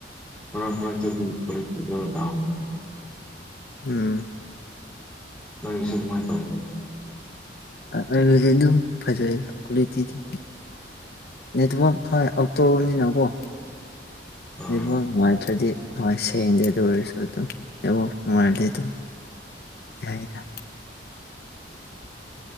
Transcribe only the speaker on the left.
ꯎꯝ
ꯑꯩꯗꯤ ꯑꯗꯨꯝ ꯐꯖꯩ ꯀ꯭ꯋꯥꯂꯤꯇꯤꯗꯤ ꯅꯦꯠꯋꯥꯛꯛ ꯈ ꯑꯇꯣꯛꯅꯤꯅꯀꯣ
ꯅꯦꯠꯋꯛ ꯅꯨꯡꯉꯥꯏꯇ꯭ꯔꯗꯤ ꯍꯣꯏ ꯁꯗꯤꯗꯧꯔꯁ ꯑꯗꯨꯝꯕꯥꯏꯗꯤ ꯑꯗꯨ ꯌꯥꯥꯏꯗ